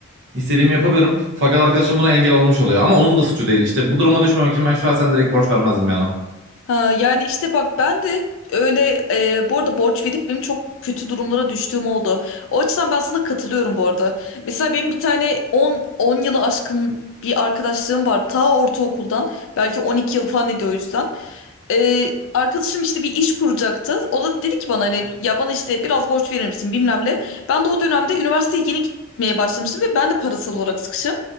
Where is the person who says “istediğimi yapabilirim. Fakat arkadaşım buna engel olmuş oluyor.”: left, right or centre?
Right